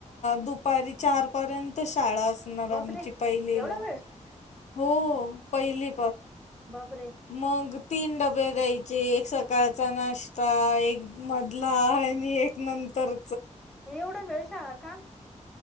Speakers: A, on the left; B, in the centre.
A: दुपारी चार पर्यंत शाळा असणार
B: बापरे
A: आमची पहिलीला
B: एवढा वेळ
A: हो पाहिली
B: बापरे
A: मग तीन डब्बे द्यायचे एक सकाळचा नाष्टा, एक मधला आणि एक नंतर.
B: एवढा वेळ शाळा का?